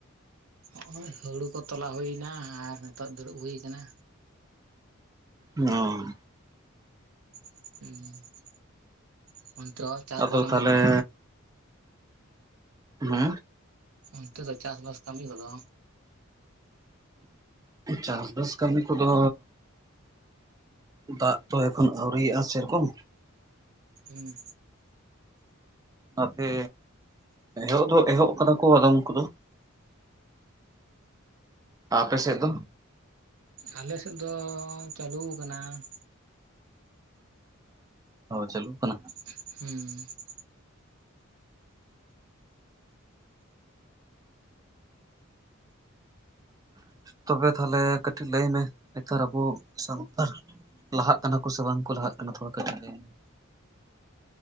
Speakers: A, on the right; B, on the right.
A: ᱦᱚᱜᱚᱭ ᱦᱩᱲᱩ ᱠᱚ ᱛᱚᱞᱟ ᱦᱩᱭᱱᱟ ᱟᱨ ᱱᱤᱛᱚᱜ ᱫᱩᱲᱩᱵ ᱦᱩᱭ ᱟᱠᱟᱱᱟ
B: ᱚ
A: ᱦᱮᱸ <unintelligible>
B: ᱟᱫᱚ ᱛᱟᱦᱚᱞᱮ
A: ᱠᱚᱫᱚ
B: ᱦᱮ
A: ᱚᱱᱛᱮ ᱫᱚ ᱪᱟᱥ ᱵᱟᱥ ᱠᱟᱹᱢᱤ ᱠᱚᱫᱚ?
B: ᱪᱟᱥᱵᱟᱥ ᱠᱟᱹᱢᱤ ᱠᱚᱫᱚ, ᱫᱟᱜ ᱛᱚ ᱮᱠᱷᱚᱱ ᱟᱹᱣᱨᱤᱭᱟᱜᱼᱟ ᱥᱮᱨᱚᱠᱚᱢ,
A: ᱦᱩᱸ
B: ᱟᱛᱮ ᱮᱦᱚᱵ ᱫᱚ ᱮᱦᱚᱵ ᱟᱠᱟᱫᱟ ᱠᱚ ᱟᱫᱚᱢ ᱠᱚᱫᱚ ᱟᱯᱮ ᱥᱮᱜ ᱫᱚ
A: ᱟᱞᱮᱥᱮᱫ ᱫᱚ ᱪᱟᱹᱞᱩ ᱠᱟᱱᱟ ᱾
B: ᱚ ᱪᱟᱞᱩᱜ ᱠᱟᱱᱟ ᱾
A: ᱦᱩᱸ᱾
B: ᱛᱚᱵᱮ ᱛᱟᱦᱞᱮ ᱠᱟᱹᱴᱤᱡ ᱞᱟᱹᱭ ᱢᱮ ᱱᱮᱛᱟᱨ ᱟᱵᱚ ᱥᱟᱱᱛᱟᱲ ᱞᱟᱦᱟᱜ ᱠᱟᱱᱟ ᱠᱚ ᱥᱮ ᱵᱟᱝᱠᱩ ᱞᱟᱦᱟᱜ ᱠᱟᱱᱟ ᱛᱷᱚᱲᱟ ᱠᱟᱹᱴᱤᱡ ᱞᱟᱹᱭ ᱢᱮ